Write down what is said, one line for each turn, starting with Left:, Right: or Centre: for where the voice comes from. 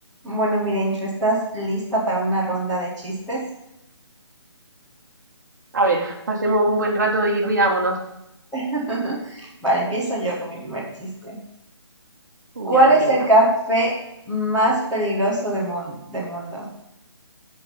Centre: Bueno, Mirencho, ¿estás lista para una ronda de chistes?
Right: A ver, pasemos un buen rato y riámonos.
Centre: <laughs> Vale, empiezo yo con mi primer chiste. ¿Cuál
Right: Ya me
Centre: es
Right: tinca.
Centre: el café más peligroso de mun- del mundo?